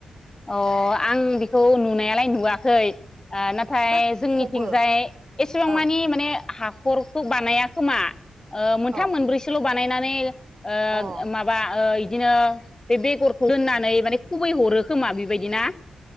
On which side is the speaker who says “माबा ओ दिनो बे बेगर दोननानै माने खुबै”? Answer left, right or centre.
Left